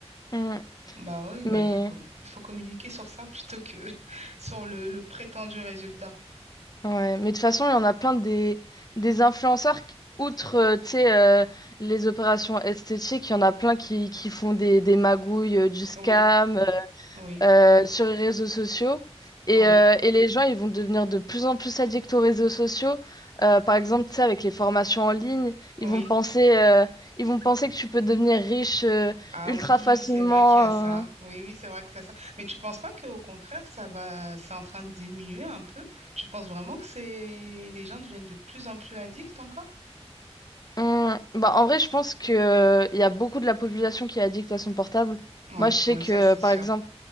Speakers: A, on the left; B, on the right.
A: Mm.
B: Bah oui, bah,
A: Mais
B: il faut, com- il faut communiquer sur ça plutôt que <laughs> sur le, le prétendu résultat.
A: ouais. Mais de toute façon, il y en a plein des, des influenceurs, qui- outre euh, tu sais, euh, les opérations esthétiques, il y en a plein qui, qui font des, des magouilles, euh, du scam
B: Oui, oui,
A: euh, sur les réseaux sociaux. Et,
B: oui,
A: euh, et les gens, ils vont devenir de plus en plus addicts aux réseaux sociaux. Euh, par exemple, tu sais, avec les formations en ligne,
B: oui.
A: ils vont penser, euh, ils vont penser que tu peux devenir riche euh,
B: Ah
A: ultra
B: oui,
A: facilement.
B: c'est vrai qu'il y a ça.
A: euh,
B: Oui, oui, c'est vrai qu'il y a ça. Mais tu penses pas qu'au contraire, ça va, c'est en train de diminuer un peu? Tu penses vraiment que c'est les gens deviennent de plus en plus addicts encore?
A: Hum, bah, en vrai, je pense que, euh, il y a beaucoup de la population qui est addict à son portable.
B: Oui,
A: Moi, je sais
B: oui,
A: que,
B: ça c'est
A: par
B: sûr.
A: exemple,